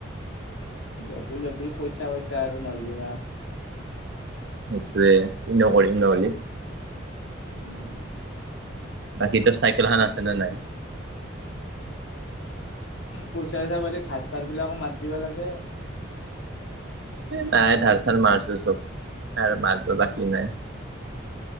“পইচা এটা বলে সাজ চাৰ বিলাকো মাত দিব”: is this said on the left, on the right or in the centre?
Left